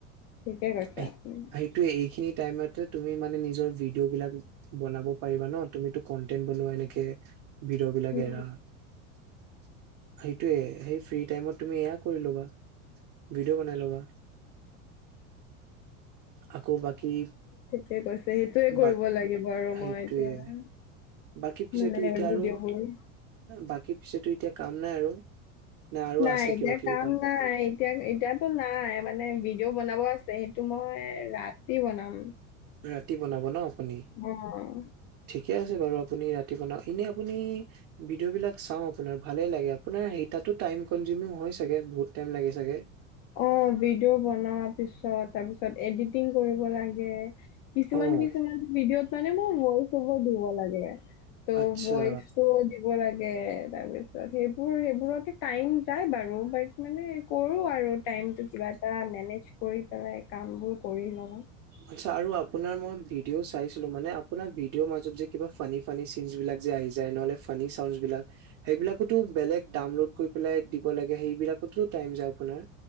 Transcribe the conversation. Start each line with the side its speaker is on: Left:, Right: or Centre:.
Left: ঠিকে কৈছে
Right: এয়
Left: আপুনি
Right: সেইটোয়ে এইখিনিত টাইমত তুমি মানে নিজৰ ভিডিঅ' বিলাক বনাব পাৰিবা ন তুমিটো কন্টেন্ বনোৱা এনেকে। ভিডিঅ বিলাক
Left: উম
Right: এৰা সেইটোৱে সেই ফ্ৰী টাইমত তুমি এয়া কৰি ল'বা ভিডিঅ' বনাই ল'বা। আকৌ বাকী
Left: তে কৈছ সেইটোয়ে কৰিব
Right: বা
Left: লাগিব আৰু
Right: সেইটোয়ে
Left: মই এতিয়া।
Right: বাকী পিছেতো
Left: মানে
Right: এতিয়া
Left: ভিডিঅ
Right: আৰু
Left: হয়।
Right: বাকী পিছেতো এতিয়া কাম নাই আৰু। নে আৰু
Left: নাই
Right: আছে
Left: এতিয়া
Right: কিবা কিবি
Left: কাম নাই এতিয়া এতিয়াতো নাই মানে বি ডিঅ বনাব আছে সেইটো মই ৰাতি বনাম।
Right: ৰাতি বনাব ন? আপুনি
Left: অ
Right: ঠিকে আছে বাৰু আপুনি ৰাতি বনাও এনে আপুনি ভিডিঅ' বিলাক চাও আপোনাৰ ভালে লাগে আপোনাৰ সেইতাটো টাইমকন বহুত লাগে চাগে।
Left: অ ভিডিঅ' বনোৱাৰ পিছত তাৰপিছত এডিটিং কৰিব লাগে। কিছুমান
Right: অঁ
Left: কিছুমান ভিডিঅত মানে মোৰ ভইচ অভাৰ দিব লাগে। এয়া ত'
Right: আচ্ছা
Left: বয়চটো দিব লাগে। তাৰপিছত সে মোৰ সেইবোৰতে টাইম যায় বাৰু বাট মানে কৰোঁ আৰু। টাইমটো কিবা এটা মেনেজ কৰি পেলাই কামবোৰ। কৰি লওঁ।
Right: আচ্ছা আৰু আপোনাৰ মই ভিডিঅ' চাইছিলো। মানে আপোনাৰ ভিডিঅ'ৰ মাজত যে কিবা ফানী ফানী চিনছ বিলাক যে আহি যায় নহলে ফানী চাউনচ বিলাক সেইবিলাকতো বেলেগ ডাউনলোড কৰি। পাইলাই দিব লাগে। সেইবিলাকতো টাইম যায় আপোনাৰ।